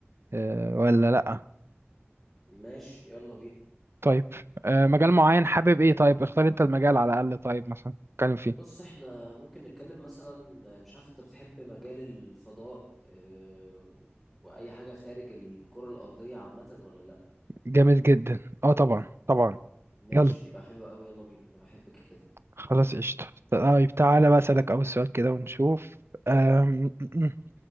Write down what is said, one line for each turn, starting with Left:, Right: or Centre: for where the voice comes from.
Right: آه، ولا لا
Centre: ماشي يلا بينا
Right: طيب آه، مجال معين حابب ايه طيب اختار انت المجال على الاقل طيب مثلا نتكلم فيه
Centre: بص احنا ممكن نتكلم مثلا مش عارف انت بتحب مجال الفضاء اه واي حاجة خارج الكرة الارضية عامة ولا لا
Right: جامد جدا اه طبعا طبعا
Centre: ماشي
Right: يلا
Centre: يبقى حلو قوي يلا بينا انا بحب كده
Right: خلاص قشطة طيب تعالى بقى أسألك أول سؤال كده ونشوف أم... م- م.